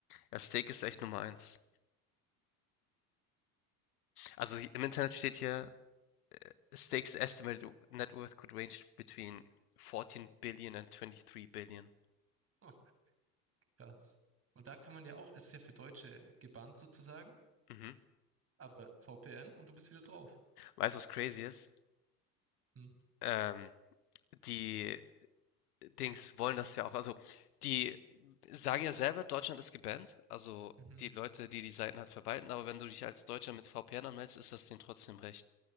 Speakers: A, on the left; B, on the right.
A: Ja, Steak ist echt Nummer eins. Also hi- im Internet steht hier, Stakes estimated net worth could range between 14 billion and 23 billion.
B: Oh, krass. Und da kann man ja auch, es ist ja für Deutsche gebannt sozusagen,
A: Mhm.
B: aber VPN und du bist wieder drauf.
A: Weißt du, was crazy ist?
B: Hm.
A: Ähm, die Dings wollen das ja auch. Also, die sagen ja selber, Deutschland ist gebannt. Also,
B: Mhm.
A: die Leute, die die Seiten halt verwalten. Aber wenn du dich als Deutscher mit VPN anmeldest, ist das denen trotzdem recht.